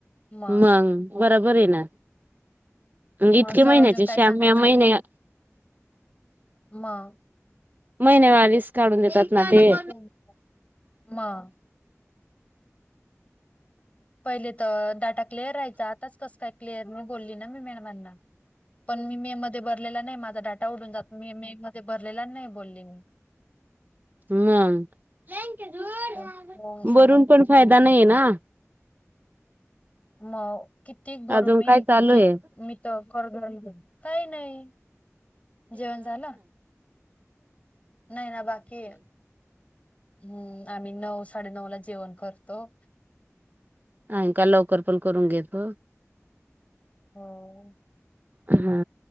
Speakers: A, on the left; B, on the right.
A: मग
B: मंग बरोबर आहे ना <inaudible> म
A: मग
B: इतक्या
A: सर
B: महिन्याचे
A: अजून काय
B: श्याम्य
A: सांगायचे
B: महिन्या
A: मग
B: महिनेमालीस काढून देतात. ना ते
A: <unintelligible> <inaudible> म पहिले तर डाटा क्लिअर राहायचा आताच कसं काय क्लिअर नाही बोलली ना मी मॅडमांना. पण मी मे मध्ये भरलेला नाही माझा डाटा उडून जातो मी मे मध्ये भरलेला नाही बोलली मी.
B: मग <inaudible>
A: तर हो सांगत
B: बरून पण फायदा नाही आहे ना.
A: म कितीक बरू
B: अजून
A: मी
B: काय चालू
A: कितीक.
B: आहे
A: मी तर कर <unintelligible> काही नाही. जेवण झालं? नाही ना बाकी ये. हम्म, आम्ही नऊ, साडेनऊ ला जेवण करतो.
B: नाही का लवकर पण करून घेत. <inaudible>
A: हो
B: हा.